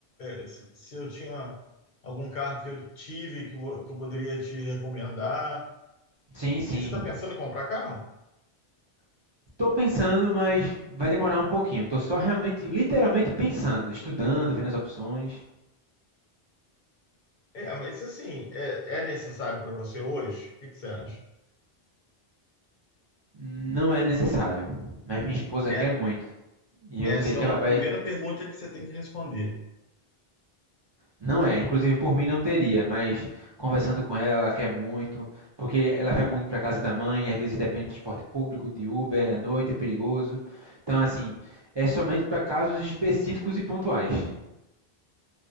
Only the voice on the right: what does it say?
Sim, sim.
Tô pensando, mas vai demorar um pouquinho. Tô só realmente, literalmente pensando, estudando, vendo as opções.
Não é necessário, mas minha esposa
quer muito. E eu
sei que
ela vai.
Não é, inclusive por mim não teria, mas conversando com ela, ela quer muito, porque ela vai muito para casa da mãe, às vezes depende de transporte público, de Uber, à noite é perigoso. Então, assim, é somente para casos específicos e pontuais.